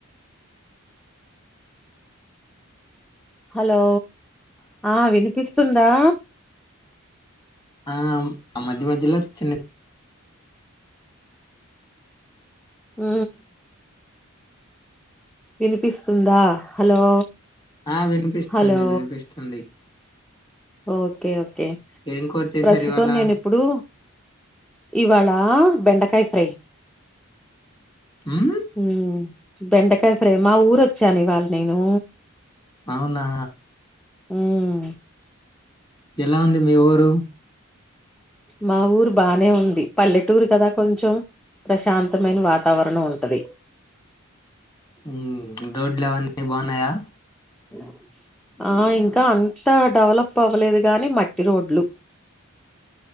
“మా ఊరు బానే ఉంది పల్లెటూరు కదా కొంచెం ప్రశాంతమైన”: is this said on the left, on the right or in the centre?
Centre